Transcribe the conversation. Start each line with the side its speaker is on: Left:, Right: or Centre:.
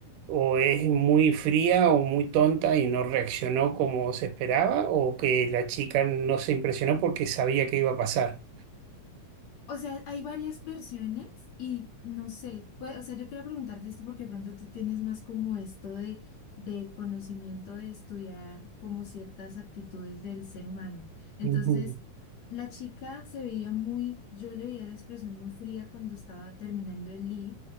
Right: o es muy fría o muy tonta y no reaccionó como se esperaba, o que la chica no se impresionó porque sabía que iba a pasar.
Left: O sea, hay varias versiones y no sé, pues, o sea, yo quería preguntarte esto porque pronto tú tienes más como esto de, de conocimiento de estudiar como ciertas actitudes del ser humano. Entonces,
Right: Ujú,
Left: la chica se veía muy, yo le veía la expresión muy fría cuando estaba terminando el lead,